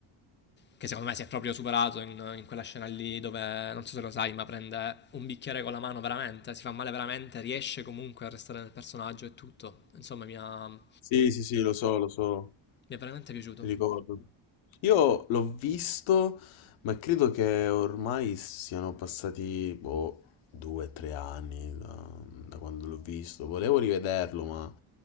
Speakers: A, on the left; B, on the left.
A: che secondo me si è proprio superato in, in quella scena lì dove, non so se lo sai, ma prende un bicchiere con la mano veramente, si fa male veramente, riesce comunque a restare nel personaggio e tutto. Insomma, mi ha, mi
B: sì, sì, sì, lo so, lo so,
A: è veramente piaciuto.
B: ricordo. Io l'ho visto, ma credo che ormai siano passati, boh, due, o tre anni da, da quando l'ho visto. Volevo rivederlo, ma